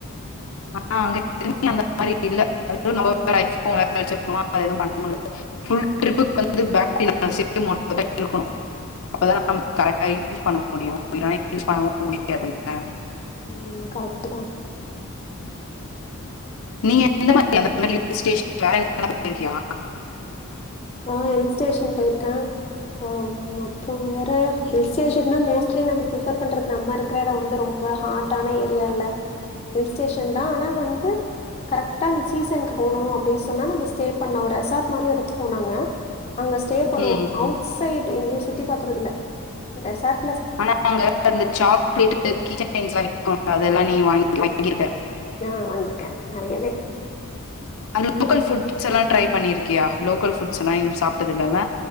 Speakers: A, on the left; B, on the left.
A: ஆனா அங்க <inaudible> அந்த மாரி இல்ல அதுக்குள் நம்ம வேற ஐஃபோன் வேற வச்சிருப்போமா அது எதுவும் பண்ண முல்ல ஃபுல் ட்ரிப்புக்கு வந்து பேட்ரி <inaudible> இருக்கணு அப்பதா நமக்கு கரெக்ட்டா யூஸ் பண்ண முடியு இல்லன்னா யூஸ் பண்ணவும் முடியாதுல்ல
B: ம் கரெக்ட்டு தா
A: நீ எந்த மாரி அங்க அந்த மாரி இல் ஸ்டேஷன்ல வேற <inaudible> போயிருக்கியா
B: ஆ இல் ஸ்டேஷன் போயிருக்க ஆ ம் அப்றோ வேற ஹில் ஸ்டேஷன் தா மோஸ்ட்லி நம்ம ப்ரிஃபேர் பண்றது நம்ம இருக்குற எடொ வந்து ரொம்ப ஹாட்டான ஏரியால்ல ஹில் ஸ்டேஷன் தா ஆனா வந்து கரெக்ட்டா அந் சீசனுக்கு போணு அப்டின் சொன்னா நம்ம ஸ்டே பண்ணோரு ரெசார்ட் மாரி எடுத் போனாங்க அங்க ஸ்டே பண்ணுவோ
A: ம்
B: அவுட் சைட் எங்கயு சுத்தி பாக்குறதில்ல ரெசார்ட்
A: ஆனா நாங்க அந்த சாக்லேட்டு கீ செயின்ஸ்லா விக்குல்ல அது அதெல்லா நீ வாங்க வாங்கிர்க்க
B: அ வாங்கிருக்க நறையவே
A: அந்த லோக்கல் ஃபுட்ஸெல்லா ட்ரை பண்ணிருக்கியா லோக்கல் ஃபுட் ஸ்லா இன்னு சாப்ட்டதில்லல்ல